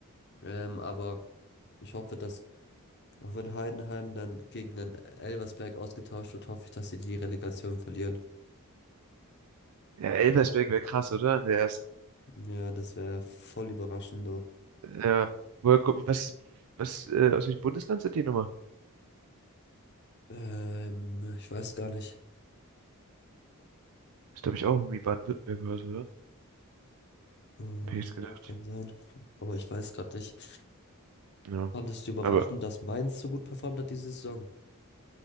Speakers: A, on the left; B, on the right.
A: Ähm, aber ich hoffe, dass, auch wenn Heidenheim dann gegen den Elversberg ausgetauscht wird, hoffe ich, dass sie die Relegation verlieren.
B: Ja, Elversberg wäre krass, oder? In der ersten.
A: Ja, das wäre voll überraschend doch.
B: Ja. Woher, ko- was, was, äh, aus welchem Bundesland sind die nochmal?
A: Ähm, ich weiß gar nicht.
B: Das glaube ich auch irgendwie Baden-Württemberg oder so, oder?
A: Äh, ja,
B: Hab ich jetzt gedacht.
A: kann sein. Aber ich weiß gerade nicht.
B: Ja.
A: Fandest du überraschend,
B: Aber
A: dass Mainz so gut performt hat diese Saison?